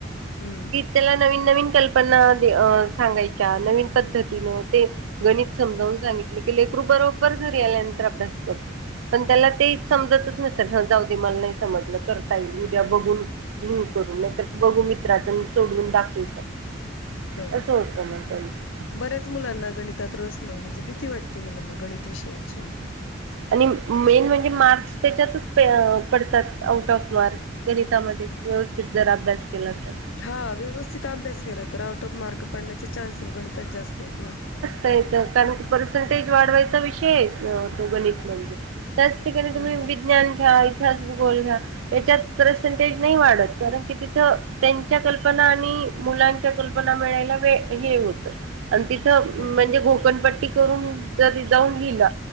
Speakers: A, on the left; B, on the right.
A: हम्म
B: त्याला नवीन नवीन कल्पना दे सांगायच्या नवीन पद्धतीनं ते. गणित समजावून सांगितले की लेकरू बरोबर घरी आल्यानंतर अभ्यास करतो. पण त्याला ते समजतच नसेल ह जाऊ दे मला नाही समजलं करता येईल उद्या बघून. ह करू नाही तर बघू मित्राच सोडवून दाखवू.
A: ह.
B: अस होत मग त्याची.
A: बऱ्याच मुलांना गणितात रस नाही म्हणजे भीती वाटते मुलांना गणित विषयाची
B: आणि मेन म्हणजे मार्क्स त्याच्यातच प पडतात आउट ऑफ मार्क्स. गणितामध्ये व्यवस्थित जर अभ्यास केला तर
A: हा व्यवस्थित अभ्यास केला तर आउट ऑफ मार्क पडण्याचे चान्सेस गणितात जास्त आहेत. ना
B: नायतर त्यांना कार पर्सेंटेज वाढवायचा विषय आहे. तो गणित म्हणजे त्याच ठिकाणी तुम्ही
A: हम्म
B: विज्ञान घ्या इतिहास भूगोल घ्या. त्याच्यात पर्सेंटेज नाही वाढत कारण की तिथ त्यांच्या कल्पना आणि. मुलांच्या कल्पना मिळायला वे हे होतं. आणि तिथं
A: हम्म
B: म्हणजे घोकणपट्टी करून त जाऊन लिहिला.